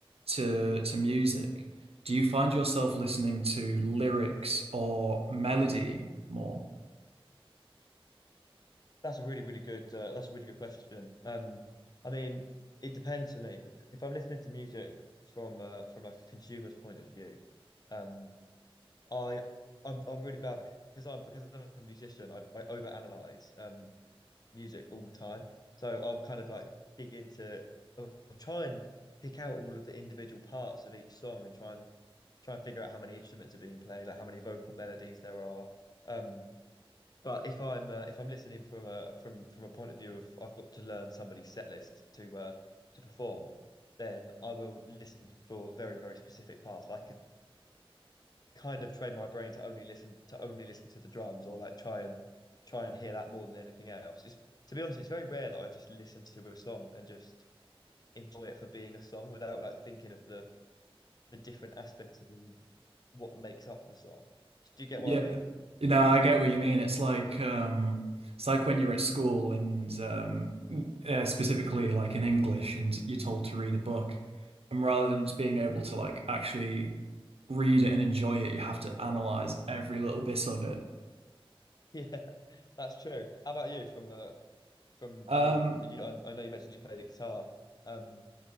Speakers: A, on the right; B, on the left.
A: to to music, do you find yourself listening to lyrics or melody more?
B: That's a really, really good. Uh, that's a really good question. Um, I mean, it depends for me. bec- If I'm listening to music from uh, from like a consumer's point of view, um, I I'm I'm really bad because I'm because I'm a musician. I I overanalyze um music all the time. So I'll kind of like dig into. I'll I'll try and pick out all of the individual parts of each song and try and try and figure out how many instruments are being played, like how many vocal melodies there are. Um, But if I'm uh, if I'm listening from a from from a point of view of I've got to learn somebody's set list to uh to perform, then I will listen for very, very specific parts. I could kind of train my brain to only listen to only listen to the drums or like try and try and hear that more than anything else. Just to be honest, it's very rare that I just listen to a song and just enjoy it for being a song without like thinking of the the different aspects of all what makes up the song. Do you get
A: Yeah.
B: what I mean? <laughs>
A: You know, I get what you mean. It's like um it's like when you're at school and um uh, specifically like in English and you're told to read a book and rather than just being able to like actually read it and enjoy it, you have to analyze every little bit of it.
B: Yeah, that's true. How about you from a from
A: Um
B: I mean, you, I, I know you mentioned you play the guitar, um,